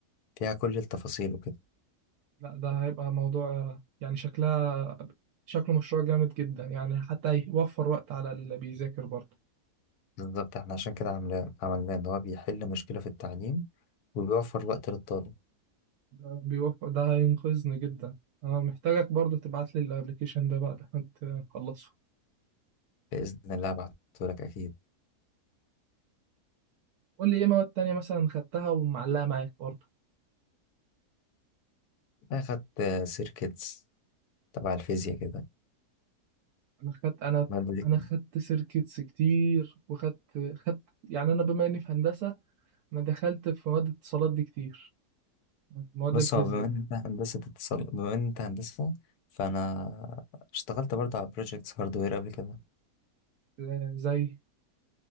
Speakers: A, on the left; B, on the right.
A: فيها كل التفاصيل وكده
B: لا ده هيبقى موضوع آه، يعني شكلها شكله مشروع جامد جدا يعني حتى هيوفر وقت على اللي بيذاكر برضه
A: بالظبط احنا عشان كده عملنا عملناه إن هو بيحل مشكلة في التعليم وبيوفر وقت للطالب
B: ده بيوفر ده هينقذني جدا أنا محتاجك برضه تبعت لي الأبلكيشن ده بعد ما تخلصه
A: بإذن الله بعتهولك أكيد
B: قول لي إيه مواد تانية مثلا خدتها ومعلقة معاك برضه
A: أخدت سيركتس تبع الفيزياء كده
B: انا خدت انا
A: المادة دي كانت-
B: انا خدت سيركتس كتير وخدت خدت يعني انا بما اني في هندسه انا دخلت في مواد الاتصالات دي كتير مواد
A: بص
B: الفيزياء
A: هو بما إن أنت هندسة اتصال بما إن أنت هندسة فأنا اشتغلت برضه على بروجيكتس هاردوير قبل كده
B: آه، زي